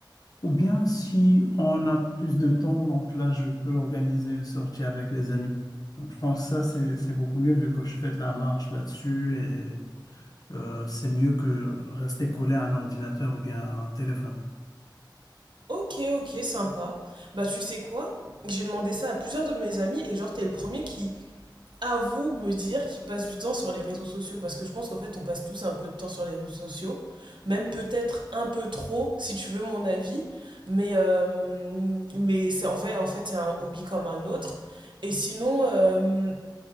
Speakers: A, on the left; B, on the right.
A: Ou bien si on a plus de temps, donc là, je peux organiser une sortie avec les amis. Donc, je pense que ça, c'est, c'est beaucoup mieux vu que je fais de la marche là-dessus et euh, c'est mieux que rester collé à un ordinateur ou bien à un téléphone.
B: Ok, ok, sympa. Bah tu sais quoi? J'ai demandé ça à plusieurs de mes amis et genre t'es le premier qui avoue me dire qu'il passe du temps sur les réseaux sociaux parce que je pense qu'en fait on passe tous un peu de temps sur les réseaux sociaux, même peut-être un peu trop si tu veux mon avis, mais euh, mais c'est en fait en fait c'est un hobby comme un autre. Et sinon, euh,